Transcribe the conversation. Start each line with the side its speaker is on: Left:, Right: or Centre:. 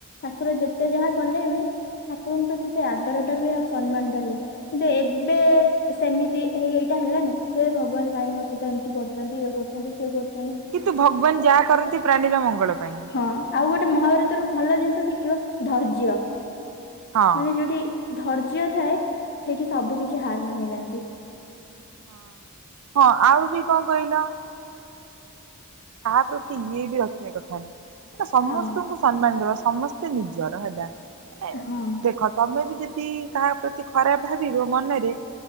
Left: ଠାକୁର ଯେତେ ଯାହା କଲେ ବି ଠାକୁରଙ୍କ ପ୍ରତି ସେ ଆଦରଟା ରୁହେ ଆଉ ସମ୍ମାନ ଟା ରୁହେ କିନ୍ତୁ ଏବେ ସେମିତି ଏଇ ଏଇଟା ହେଲାନି ହେ ଭଗବାନ କାଇଁ ମୋ ସହିତ ଏମିତି କରିଚନ୍ତି ଇଏ କରିଚନ୍ତି ସିଏ କରିଚନ୍ତି।
Right: କିନ୍ତୁ ଭଗବାନ୍ ଯା କରନ୍ତି ପ୍ରାଣୀର ମଙ୍ଗଳ ପାଇଁ।
Left: ହଁ ଆଉ ଗୋଟେ ମହାଭାରତ ର ଭଲ ଜିନିଷ ଶିଖିବ ଧୈର୍ଯ୍ୟ
Right: ହଁ।
Left: ମାନେ ଯୋଉଠି ଧୈର୍ଯ୍ୟ ଥାଏ ସେଇଠି ସବୁ କିଛି ହାର ମାନିଯାଆନ୍ତି।
Right: ହଁ ହଁ। <inaudible> ହଁ ଆଉ ବି କଁ କହିଲ କଥା। <inaudible> ତ ସମସ୍ତଙ୍କୁ
Left: ହଁ
Right: ସମ୍ମାନ ଦେବା ସମସ୍ତେ ନିଜର ହେଲା ମାନେ
Left: ହଁ
Right: ଦେଖ ତମେ ବି ଯଦି କାହା ପ୍ରତି ଖରାପ ଭାବିବ ମନରେ